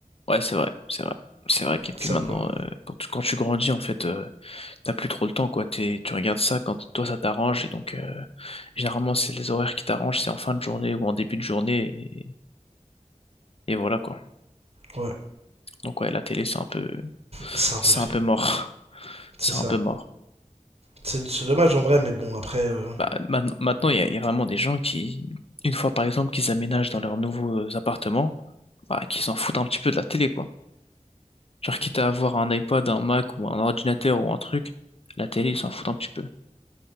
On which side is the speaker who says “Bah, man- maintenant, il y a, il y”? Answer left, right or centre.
Left